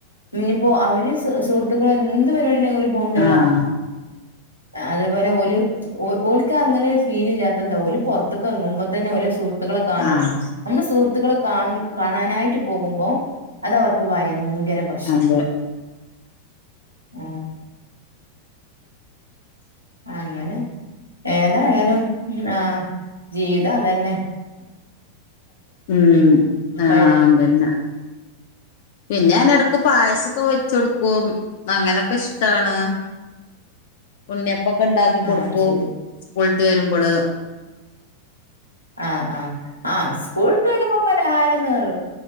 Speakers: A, on the left; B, on the left.
A: ഇനിഞ്ഞിപ്പോ അവര് ത് സുഹൃത്തുക്കൾ എന്ത് പരിപാടിടെങ്കിലും ഓര് പോക്ണ്ടല്ലോ
B: ആഹ്
A: അതേപോലെ ഓല് ഓ ഓൽക്കങ്ങനെ ഒരു ഫീൽ ഇല്ലാതെന്താ ഓല് പുറത്ത്ക്ക് ഇറങ്ങുബ തെന്നെ ഓല് സുഹൃത്തുളെ കാണാണ്.
B: ആഹ്
A: നമ്മള് സുഹൃത്തുക്കളെ കാണും കാണാനായിട്ട് പോകുമ്പോ അതവർക്ക് വയങ്കര പ്രശ്ന
B: അതെ
A: ആഹ് അങ്ങനെ ഏതായാലും ആഹ് ജീവിതതെന്നെ
B: ഉം ആഹ്
A: ആയിട്ട്
B: അതെന്നെ പിന്നെ ഞാനെടെക്ക് പായസം കൊവെചൊട്ക്കും അങ്ങനെയൊക്കെ ഇഷ്ട്ടാണ്. ഉണ്ണിയപ്പൊക്കെ ഇണ്ടാക്കി കൊടുക്കും
A: ആഹ് ശരി
B: സ്കൂളിട്ട് വെരുമ്പള്
A: ആഹ് ആഹ് ആഹ് സ്കൂൾട്ട് വെരുമ്പോ പലഹാരം നിർ